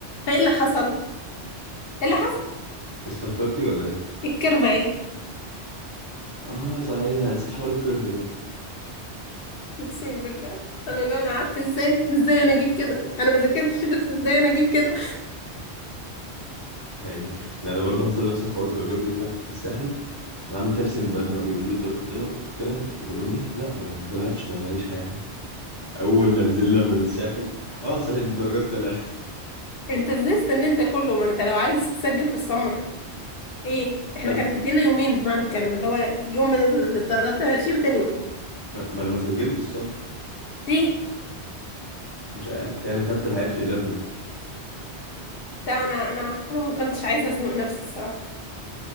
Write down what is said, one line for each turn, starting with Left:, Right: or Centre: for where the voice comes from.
Left: فايه اللي حصل ايه اللي حصل
Right: استهترتي ولا ايه
Left: الكيرف عالي
Right: اه صحيح انا نسيت حوار الكيرف
Left: اقسم بالله انا لو انا قعدت ازاي ازاي انا اجيب كده انا ما ذاكرتش بس ازاي انا اجيب كده
Right: يعني لا انا برضه حصل نفس الحوار الدرجات دي طلعت في الساحل انا عملت نفسي بقى بقى بيقولوا لي الدرجات طلع- طلعت فبقول لهم ايه لا ما طلعتش ما جاليش حاجه اول ما نزلنا من الساحل اه صحيح الدرجات طلعت
Left: <laughs> انت ازاي استنيت ده كله ما انت لو عايز تسجل في السمر ايه احنا
Right: لا
Left: كانوا مدينا يومين بمعنى الكلمه اللي هو يوم الدرجات طلعت فيه وتاني يوم
Right: ما ما انا ما سجلت الصبر
Left: ليه
Right: مش عارف يعني خدت الحاجات في 11
Left: لا انا انا انا ما كنتش عايزه ازنق نفسي الصراحه